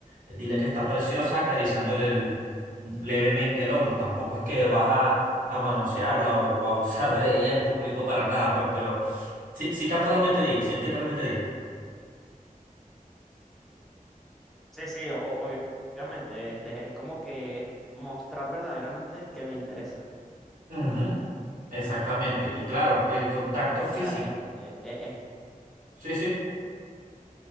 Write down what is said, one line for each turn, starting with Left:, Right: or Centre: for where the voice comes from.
Right: Eh, Dile que está preciosa acariciándole el- levemente el hombro. Tampoco es que vas a, a manosearla o, o abusar de ella en público para nada, pues, pero si, si capta lo que te digo, si entiendes lo que te digo.
Centre: Sí, sí, o- o- obviamente, este, es como que mostrar verdaderamente que me interesa.
Right: Ujú, exactamente. Y claro, el contacto
Centre: O
Right: físico.
Centre: sea, es, e- e- es-
Right: Sí, sí,